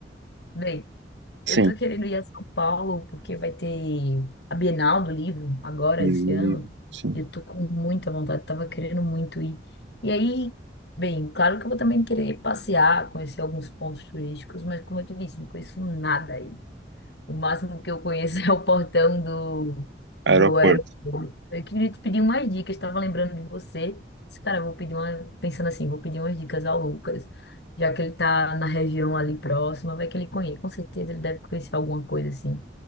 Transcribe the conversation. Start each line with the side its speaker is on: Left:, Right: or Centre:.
Left: Bem, eu
Right: Sim.
Left: tô querendo ir a São Paulo porque vai ter a Bienal do Livro agora, esse
Right: E-
Left: ano.
Right: Sim.
Left: E eu tô com muita vontade, tava querendo muito ir. E aí, bem, claro que eu vou também querer passear, conhecer alguns pontos turísticos, mas como eu te disse, não conheço nada aí. O máximo que eu conheço <laughs> é o portão do,
Right: Aeroporto.
Left: do aeroporto. Eu queria te pedir umas dicas, estava lembrando de você. Esse cara, eu vou pedir uma, pensando assim, vou pedir umas dicas ao Lucas, já que ele tá na região ali próxima, vai que ele conhece. Com certeza ele deve conhecer alguma coisa assim.